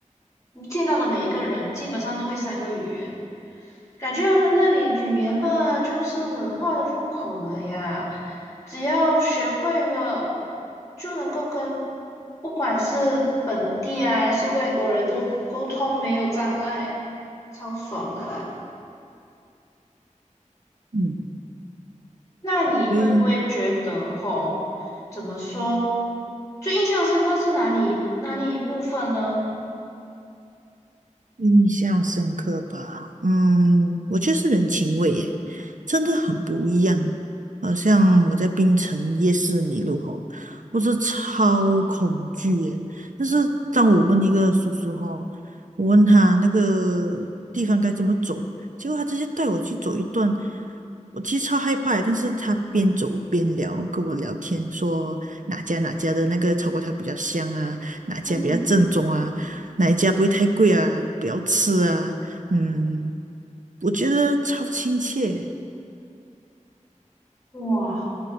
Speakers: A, on the left; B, on the right.
A: 你见到的每一个人基本上都会三个语言，感觉他们那里语言吧就是文化的入口了呀，只要学会了就能够跟不管是本地啊还是外国人都沟通没有障碍，超爽的啦。
B: 嗯，
A: 那你会不会觉得吼，
B: 对呀，
A: 怎么说，最印象深刻是哪里哪里一部分呢？
B: 印象深刻吧？嗯，我觉得是人情味耶，真的很不一样。好像我在槟城夜市迷路吼，我是超恐惧耶。但是当我问一个叔叔吼，我问他那个地方该怎么走，结果他直接带我去走一段，我其实超害怕耶，但是他边走边聊，跟我聊天，说哪家哪家的那个炒粿条比较香啊，哪家比较正宗啊。
A: 嗯
B: 哪一家不会太贵啊？不要吃啊，嗯，我觉得超亲切，
A: 哼，哇，